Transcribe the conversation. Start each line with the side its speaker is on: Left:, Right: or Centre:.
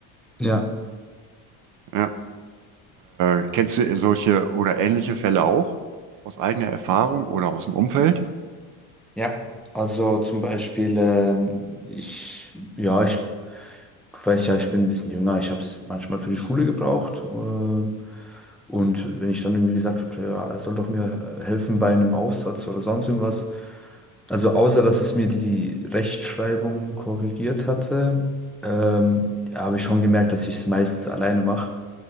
Centre: Ja.
Right: Ja, äh, kennst du solche oder ähnliche Fälle auch aus eigener Erfahrung oder aus dem Umfeld?
Centre: Ja, also zum Beispiel, ähm, ich, ja, ich weiß ja, ich bin ein bisschen jünger, ich habe es manchmal für die Schule gebraucht. ähm, und wenn ich dann irgendwie gesagt habe, ja, es soll doch mir äh, helfen bei einem Aufsatz oder sonst irgendwas, also außer dass es mir die Rechtschreibung korrigiert hatte, ähm, habe ich schon gemerkt, dass ich es meistens alleine mache.